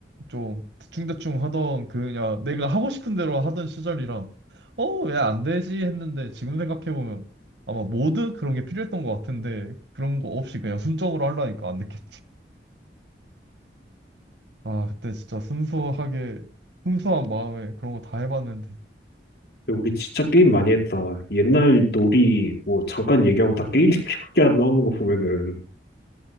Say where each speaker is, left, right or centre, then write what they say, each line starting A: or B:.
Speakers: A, on the right (about 75°); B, on the left (about 60°).
A: 좀 대충대충 하던 그 그냥 내가 하고 싶은 대로 하던 시절이라 어 왜 안 되지 했는데 지금 생각해보면 아마 모드 그런 게 필요했던 것 같은데 그런 거 없이 그냥 순정으로 하려니까 안 됐겠지. 아, 그때 진짜 순수하게, 순수한 마음에 그런 거 다 해봤는데.
B: 근데 우리 진짜 게임 많이 했다. 옛날 놀이 뭐 잠깐 얘기하고 다 게임 <laughs> 얘기밖에 안 나오는 거 보면은